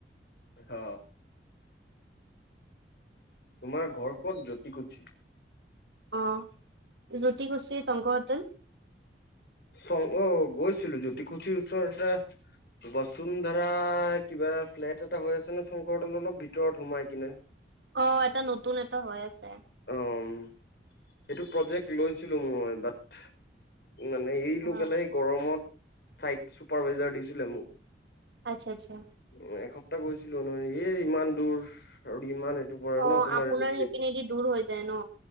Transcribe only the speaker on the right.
অঁ' জ্যোতিকুছী শংকৰ হোটেল
অ'এটা নতুন এটা হৈ আছে।
অ
আচ্ছা আচ্ছা
অ
আপোনাৰ
সেইপিনেদি দূৰ হৈ যায় ন